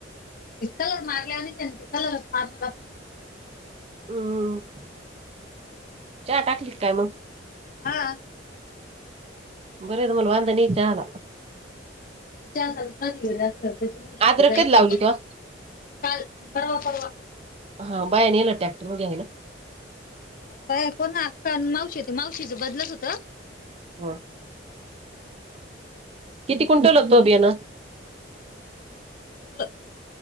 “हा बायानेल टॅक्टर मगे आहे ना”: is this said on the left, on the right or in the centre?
Right